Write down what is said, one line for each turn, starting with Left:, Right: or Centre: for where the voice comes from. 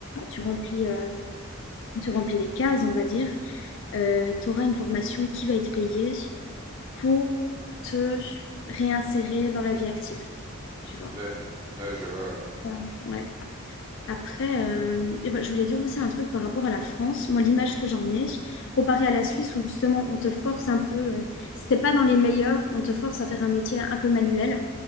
Left: tu remplis, euh, tu remplis les cases, on va dire, tu auras une formation qui va être payée pour te réinsérer dans la vie active, tu vois.
Right: Ouais, ouais, je vois. ouais.
Left: Ça, ouais. Après, euh, et ben, je voulais dire aussi un truc par rapport à la France. Moi, l'image que j'en ai, comparée à la Suisse, où justement, on te force un peu, euh, si t'es pas dans les meilleurs, on te force à faire un métier un peu manuel.